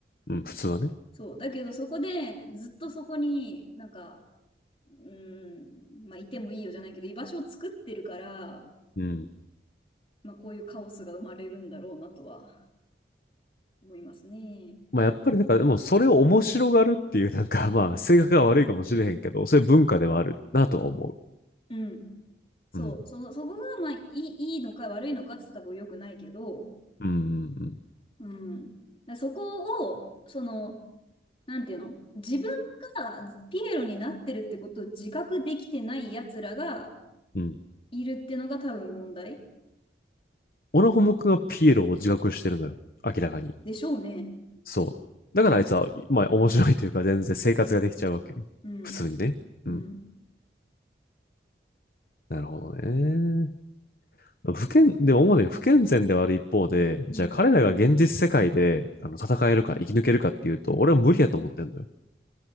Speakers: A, on the left (about 50°); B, on the left (about 30°).
A: うん、普通はね。
B: そう。だけどそこでずっとそこになんか、うん、まあいてもいいよじゃないけど、居場所を作ってるから、
A: うん。
B: まあこういうカオスが生まれるんだろうなとは思いますね。
A: まあやっぱりなんか、でもそれを面白がるっていう、なんかまあ性格が悪いかもしれへんけど、そういう文化ではあるなとは思
B: うん。そう。
A: う。うん。
B: そ、そこがまあいい、いいのか悪いのかって言ったら多分良くないけど、
A: うんうん
B: うん。だからそこを、その、なんていうの自分がピエロになってるってことを自覚できてない奴らが
A: うん。うん。
B: いるってのが多分問題
A: オナホモ君はピエロを自覚してるのよ。明らかに。
B: でしょうね。
A: そう。だからあいつは、まあ面白いというか全然生活ができちゃうわけよ。
B: うん。
A: 普通にね。うん。
B: うん。
A: なるほどね。不健、でも思うね、不健全ではある一方で、じゃあ彼らが現実世界であの戦えるか生き抜けるかっていうと、
B: うん
A: 俺は無理やと思ってんのよ。